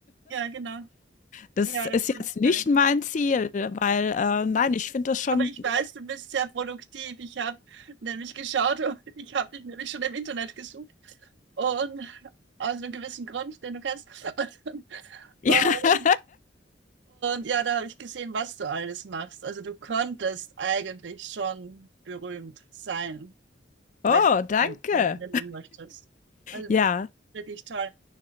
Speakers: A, on the right (about 70°); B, on the left (about 40°).
A: Ja, genau.
B: das
A: Ja,
B: ist
A: das
B: jetzt
A: ist
B: nicht
A: mir nichts.
B: mein Ziel, weil äh, nein, ich finde das schon.
A: Aber ich
B: <laughs>
A: weiß, du bist sehr produktiv. Ich habe nämlich geschaut und <laughs> ich habe dich nämlich schon im Internet gesucht. Und aus einem gewissen Grund, den du kennst. <laughs> Und,
B: Ja.
A: und, ja, da habe ich gesehen, was du alles machst. Also du könntest eigentlich schon berühmt sein,
B: Oh,
A: wenn,
B: danke.
A: wenn, wenn, wenn du möchtest. Also
B: Ja.
A: wirklich toll.